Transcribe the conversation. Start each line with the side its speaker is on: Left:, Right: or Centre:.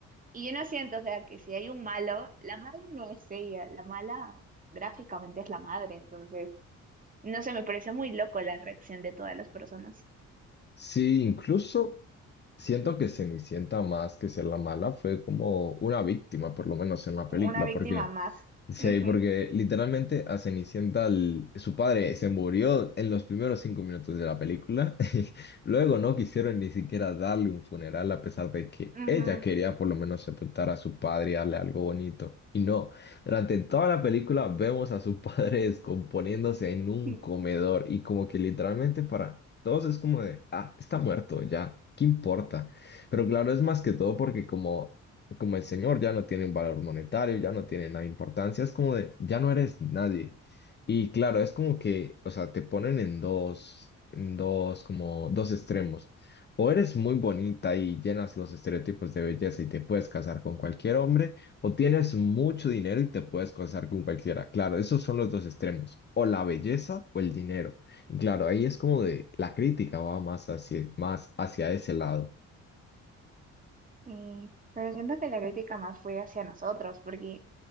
Right: Y yo no siento, o sea, que si hay un malo, la mala no es ella, la mala gráficamente es la madre, entonces, no sé, me pareció muy loco la reacción de todas las personas.
Left: Sí, incluso siento que Cenicienta más que ser la mala fue como una víctima, por lo menos en la película,
Right: Una víctima
Left: porque
Right: más.
Left: Sí,
Right: Ujú,
Left: porque literalmente a Cenicienta el- su padre se murió en los primeros cinco minutos de la película. <laughs> Y Luego no quisieron ni siquiera darle un funeral a pesar de que
Right: ujú.
Left: ella quería por lo menos sepultar a su padre y darle algo bonito. Y no, durante toda la película vemos a su padre <laughs> descomponiéndose en un
Right: <laughs>
Left: comedor y como que literalmente para todos es como de, ah, está muerto ya, ¿qué importa? Pero claro, es más que todo porque como como el señor ya no tiene un valor monetario, ya no tiene nada de importancia, es como de, ya no eres nadie. Y claro, es como que, o sea, te ponen en dos, en dos, como dos extremos. O eres muy bonita y llenas los estereotipos de belleza y te puedes casar con cualquier hombre, o tienes mucho dinero y te puedes casar con cualquiera. Claro, esos son los dos extremos, o la belleza o el dinero. Y claro, ahí es como de la crítica va más hacia, más hacia ese lado.
Right: Y, pero siento que la crítica más fue hacia nosotros, porque